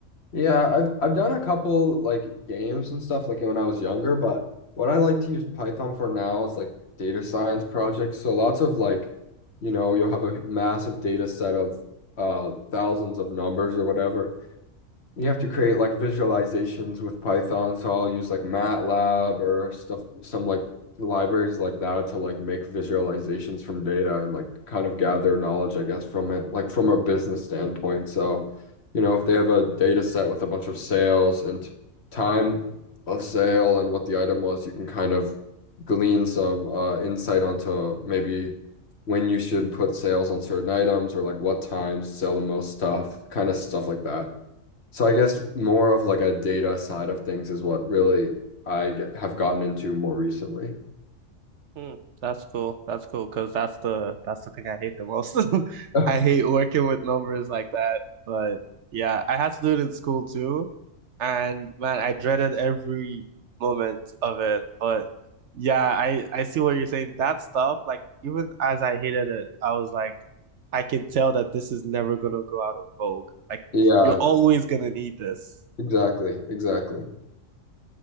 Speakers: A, on the left (about 50°); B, on the right (about 65°).
A: yeah, I've I've done a couple like games and stuff like when I was younger, but what I like to use Python for now is like data science projects. So lots of like, you know, you'll have a massive data set of uh thousands of numbers or whatever You have to create like visualizations with Python, so I'll use like MATLAB or stuff, some like libraries like that to like make visualizations from data and like kind of gather knowledge, I guess, from it, like from a business standpoint. So, you know, if they have a data set with a bunch of sales and time of sale and what the item was, you can kind of glean some uh, insight onto maybe when you should put sales on certain items or like what times sell the most stuff, kind of stuff like that. So I guess more of like a data side of things is what really I get, have gotten into more recently.
B: Hmm, that's cool. That's cool because that's the that's the thing I hate the most. <laughs>
A: Oh,
B: I hate working with numbers like that. But yeah, I had to do it in school too, and man, I dreaded every moment of it. But yeah, I I see what you're saying. That stuff, like even as I hated it, I was like, I can tell that this is never gonna go out of vogue. Like
A: Yeah,
B: you're always gonna need this.
A: exactly, exactly.